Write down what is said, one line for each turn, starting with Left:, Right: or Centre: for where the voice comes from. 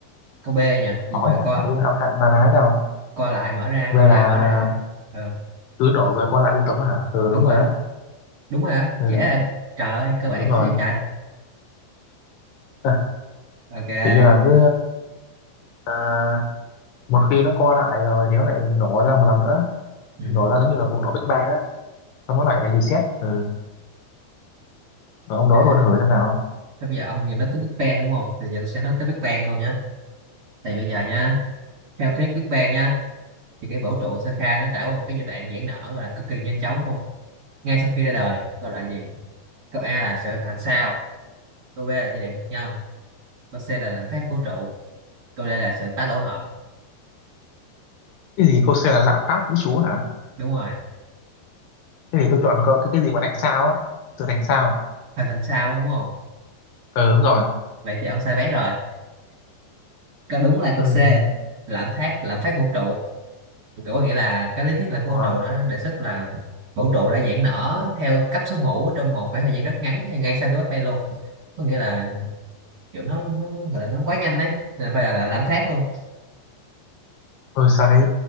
Right: câu B nha gì
Left: khó
Right: mà
Left: nhỉ.
Right: coi
Left: Đúng hạn hạn na ná nhau.
Right: coi lại mở ra
Left: V
Right: coi
Left: là
Right: lại mở ra ờ
Left: cứ nổ rồi co lại liên tục á hả? Ừ
Right: đúng
Left: đúng
Right: rồi
Left: rồi đấy.
Right: đúng rồi á
Left: Ừ,
Right: dễ rồi trời ơi cơ
Left: ừ
Right: bản
Left: đúng
Right: như
Left: rồi.
Right: vậy trời
Left: À,
Right: ok
Left: tự nhiên là cứ à, một khi nó co lại rồi thì nó lại nổ ra một lần nữa.
Right: ừ,
Left: Nổ ra
Right: ừ.
Left: giống như là vụ nổ Big Bang á. Xong nó lại reset. Ừ. Rồi ông
Right: ok
Left: đó tôi thử xem nào.
Right: Thế bây giờ ông vừa nói tới Big Bang đúng không? Thì giờ tôi sẽ nói tới Big Bang thôi nhé. Thì bây giờ nha, theo thuyết Big Bang nha, thì cái vũ trụ sơ khai nó trải qua một cái giai đoạn giãn nở gọi là cực kỳ nhanh chóng luôn. Ngay sau khi ra đời, gọi là gì? Câu A là sự hình thành sao, câu B là giai đoạn hạt nhân, câu C là lạm phát vũ trụ, câu D là sự tái tổ hợp.
Left: Cái gì cô C là lạm phát vũ trụ hả?
Right: Đúng rồi,
Left: thế thì tôi chọn có cái cái gì mà thành sao á sự thành sao
Right: hình thành sao đúng không?
Left: ờ đúng rồi
Right: Vậy thì ông sai bét rồi. Câu đúng là câu
Left: Ừm,
Right: C, lạm phát lạm phát vũ trụ. Kiểu có nghĩa là cái lý thuyết làm vũ
Left: có
Right: trụ nó đề xuất là vũ trụ đã giãn nở theo cấp số mũ trong một khoảng thời gian rất ngắn hay ngay sau khi Big Bang luôn có nghĩa là kiểu nó nó, nó gọi là nó quá nhanh đấy nên phải là, là làm phát luôn
Left: tôi sao thấy